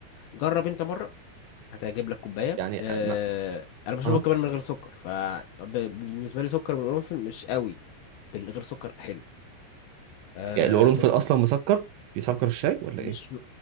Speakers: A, on the left (about 75°); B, on the right (about 85°).
A: جرب انت مره هتعجب لك كوبايه
B: يعني
A: اه
B: آه، ما...
A: انا بشربه
B: اه
A: كمان من غير سكر فبالنسبه لي سكر بالقرنفل مش قوي بالغير سكر حلو آه
B: يعني القرنفل
A: بص
B: اصلا مسكر بيسكر الشاي ولا
A: مش
B: ايه؟